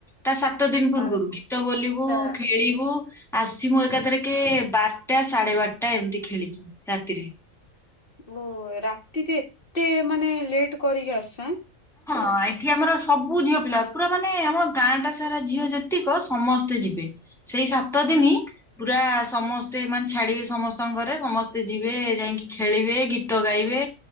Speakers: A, in the centre; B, on the left (about 40°).
A: ତା ସାତ ଦିନ ପୂର୍ବରୁ
B: ବାସ୍।
A: ଗୀତ ବୋଲିବୁ
B: ଆଚ୍ଛା
A: ଖେଳିବୁ ଆସିବୁ ଏକାଥରେ କେ ବାରଟା ସାଢେ ବାରଟା ଏମିତି ଖେଳିକି ରାତିରେ।
B: ଓ ରାତିରେ ଏତେ ମାନେ ଲେଟ କରିକି ଆସୁଚ ଏଁ?
A: ହଁ ଏଠି ଆମର ସବୁ ଝିଅ ପିଲା ପୁରା ମାନେ ଆମ ଗାଁ ଟା ସାରା ଝିଅ ଯେତିକ ସମସ୍ତେ ଯିବେ। ସେଇ ସାତ ଦିନ ପୁରା ସମସ୍ତେ ମାନେ ଛାଡିବେ ସମସ୍ତଙ୍କ ଘରେ ସମସ୍ତେ ଯିବେ ଯାଇ ଯାଇଁକି ଖେଳିବେ ଗୀତ ଗାଇବେ